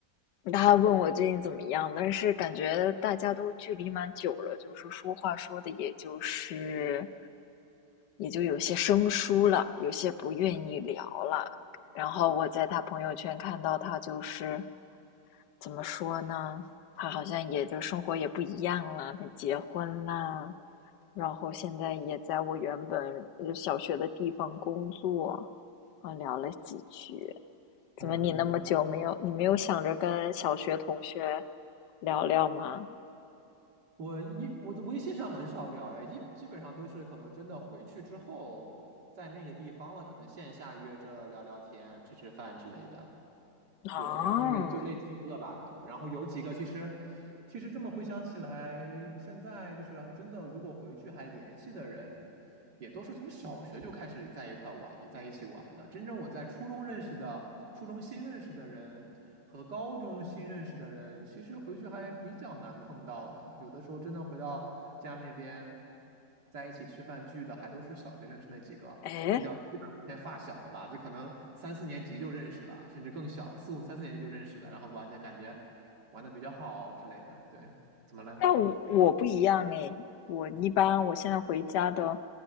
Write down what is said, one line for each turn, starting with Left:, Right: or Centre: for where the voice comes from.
Left: 他问我最近怎么样，但是感觉大家都距离蛮久了，就是说话说的也就是也就有些生疏了，有些不愿意聊了。然后我在他朋友圈看到他就是怎么说呢？他好像也就生活也不一样了，他结婚啦，然后现在也在我原本就小学的地方工作，啊，聊了几句。怎么你那么久没有，
Right: 嗯。
Left: 你没有想着跟小学同学聊聊吗？
Right: 我一我的微信上很少聊呀，一基本上都是可能真的回去之后，在那个地方了，可能线下约着聊聊天、吃吃饭之类的。
Left: 啊，
Right: 对，然后也就那几个吧，可能，然后有几个其实，其实这么回想起来，现在就是真的，如果回去还联系的人。也都是从小学就开始在一块玩，在一起玩的。真正我在初中认识的、初中新认识的人和高中新认识的人，其实回去还比较难碰到的。有的时候真的回到家那边，在一起吃饭聚的，还都是小学认识那几个，
Left: 哎，
Right: 就叫基本偏发小了吧，就可能三四年级就认识了，甚至更小，四五三四年级就认识的，然后玩的感觉玩的比较好之类的。对，怎么了？
Left: 但我我不一样哎，我一般我现在回家的